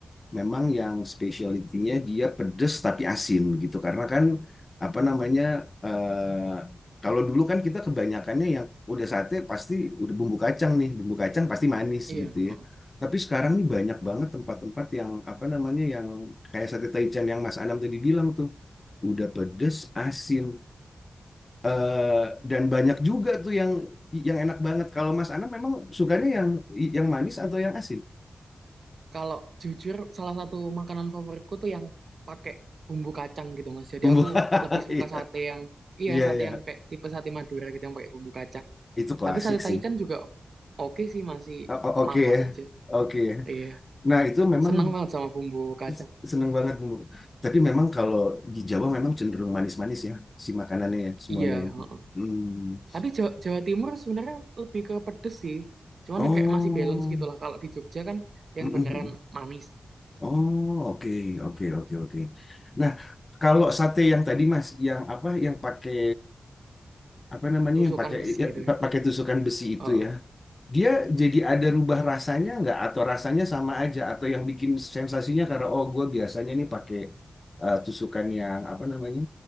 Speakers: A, on the left (about 40°); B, on the right (about 70°).
A: memang yang spesialitinya dia pedes tapi asin gitu. Karena kan apa namanya eh, kalau dulu kan kita kebanyakannya yang udah sate pasti udah bumbu kacang nih, bumbu kacang pasti manis
B: Iya,
A: gitu
B: heeh.
A: ya. Tapi sekarang nih banyak banget tempat-tempat yang apa namanya yang kayak sate Taichan yang Mas Anam tadi bilang tuh udah pedes asin Eh, dan banyak juga tuh yang yang enak banget. Kalau Mas Ana memang sukanya yang yang manis atau yang asin?
B: Kalau jujur, salah satu makanan favoritku tuh yang pakai bumbu kacang gitu, Mas. Jadi
A: Bumbu.
B: aku
A: <laughs>
B: lebih suka
A: Iya,
B: sate yang, iya
A: iya,
B: sate
A: iya.
B: yang kayak tipe sate Madura gitu yang pakai bumbu kacang.
A: Itu klasik
B: Tapi sate Taichan
A: sih.
B: juga oke sih, masih
A: O- o-
B: kemakan
A: Oke ya.
B: aja.
A: Oke ya.
B: Iya,
A: Nah, itu memang
B: senang banget sama bumbu kacang.
A: s- seneng banget bumbu. Tapi memang kalau di Jawa memang cenderung manis-manis ya si makanannya ya, semuanya
B: Iya,
A: ya.
B: heeh.
A: Hmm.
B: Tapi Jawa, Jawa Timur sebenarnya lebih ke pedes sih. Cuman
A: Oh.
B: kayak masih balance gitu lah. Kalau di Jogja kan yang
A: Mm-mm.
B: beneran manis,
A: Oh, oke, oke, oke, oke. Nah, kalau sate yang tadi Mas, yang apa yang pakai apa namanya
B: tusukan
A: yang pakai
B: besi
A: ya,
B: gitu ya.
A: pakai tusukan besi itu
B: Heeh,
A: ya dia jadi ada rubah rasanya nggak atau rasanya sama aja atau yang bikin sensasinya karena oh gue biasanya nih pakai eh, tusukan yang apa namanya